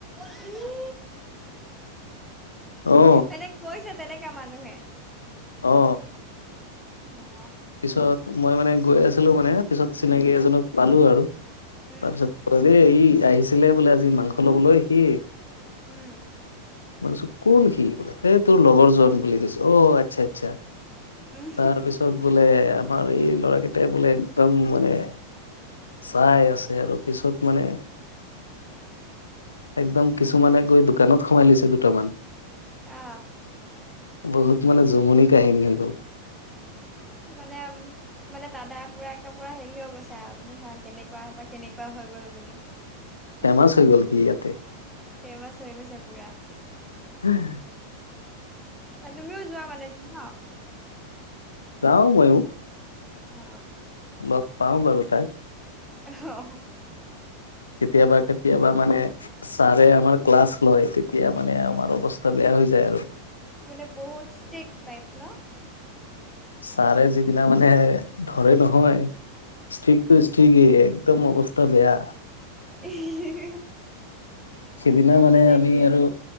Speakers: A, in the centre; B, on the left.
A: উম
B: অ
A: মানে কৈছে তেনেকা মানুহে
B: অ
A: না
B: পিছত মই মানে গৈ আছিলো মানে পিছত চিনাকি এজনক পালো আৰু
A: উম
B: তাৰপিছত কলে ই আহিছিলে বোলে আজি মাংস লবলৈ সি
A: উম
B: মই কৈছো কোন সি বোলে হে তোৰ লগৰ জন বুলি কৈছে অ আচ্ছা আচ্ছা
A: উম
B: তাৰ পিছত বোলে আমাৰ এই ল'ৰা কেইটাই বোলে একদম মানে চাই আছে আৰু পিছত মানে একদম কিছুমানে গৈ দোকানত সোমাই লৈছে দুটামান
A: অ
B: বহুত মানে জমনি কাহিনী হৈ গল
A: মানেম মানে দাদাই পুৰা একে পুৰা হেৰি হৈ গৈছে আও মানে ভা কেনেকুৱা পা কেনেকুৱা হৈ গ'ল বুলি
B: ফেমাচ হৈ গ'ল সি ইয়াতে
A: ফেমাচ হৈ গৈছে পুৰা।
B: উম,
A: তুমিও যোৱা মানে ন?
B: যাওঁ ময়ো।
A: অ,
B: লগ পাওঁ বাৰু তাইক।
A: অঁ, হ
B: কেতিয়াবা কেতিয়াবা মানে ছাৰে আমাৰ ক্লাছ লয় তেতিয়া মানে আমাৰ অৱস্থা বেয়া হৈ যায় আৰু।
A: মানে বহুত ষ্টিক নাইপ ন।
B: ছাৰে, যিদিনা মানে ধৰে নহয় ষ্ট্ৰিকটো ষ্ট্ৰিকেই একদম অৱস্থা বেয়া।
A: <unintelligible>
B: সেইদিনা
A: বহুত
B: মানে
A: বেলেগ
B: আমি
A: দিয়ে
B: আৰু